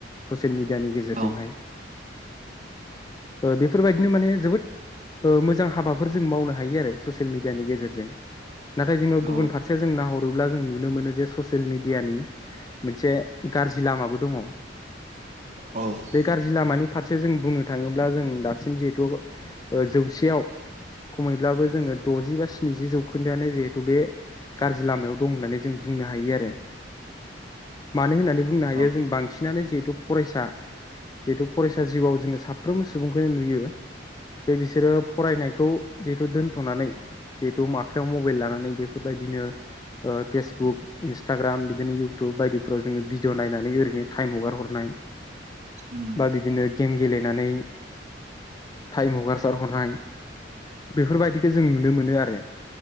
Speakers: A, on the left (about 20°); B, on the right (about 40°).
A: ससियेल मि डियानि गेजेरजोंहाय।
B: औ औ
A: ओ बेफोरबायदिनो माने जोबोद ओ मोजां हाबाफोर जों मावनो हायो आरो ससियेल मिडियानि गेजेरजों। नाथाय जोङो
B: औ
A: गुबुन फारसेया जों नाहरोब्ला जों नुनो मोननो जे ससेल मिडियानि मोनसे गारजि लामाबो दङ।
B: औ
A: बे गारजि लामानि फारसे जों बुंनो थाङोब्ला जों दासिम जिहेथु ओ जौसेयाव खमैब्लाबो जोङो दजि बा स्निजि जौखोन्दोआनो जिहेथु बे गारजि लामायाव दं होननानै जों बुंनो हायो आरो मानो होननानै बुंनो हायो
B: औ
A: जों बांसि नानो जिहेतु फ फरायसा जिहेथु फरायसा जिउआव जोङो साफ्रोमबो सुबुंखौनो नुयो जे बिसोरो फरायनायखौ जिहेथु दोनथ'नानै जिहेथु माखायाव मबाइल लानानै बेफोरबायदिनो फेसबुक इन्सटाग्राम बिदिनो इउटुब बायदिफ्राव जोङो भिडिअ नायनानै ओरैनो टाइम हगार हरनाय।
B: उम
A: बा बिदिनो गेम गेलेनानै टाइम हगारसार हरनाय बेफोरबायदिखो जों नुनो मोनो आरो।